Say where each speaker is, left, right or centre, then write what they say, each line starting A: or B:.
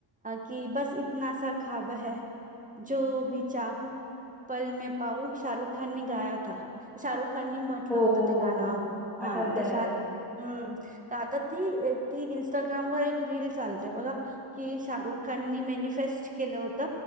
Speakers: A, on the right; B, in the centre.
A: की, बस इतनासा ख्बा है जो भी चाहू पल मे पाऊ शाहरुख खान ने गाया था शाहरुख लोकांनी म्हंटलं
B: हो
A: होत.
B: हो
A: ते
B: हो
A: गाणं
B: हो
A: हा
B: आठवते
A: तशा
B: आठवते
A: <unintelligible> ती एक ती इनस्टाग्रामवर ती एक रील चालते. बघा की शाहरुख खाननी मॅनिफेस्ट केलं होत,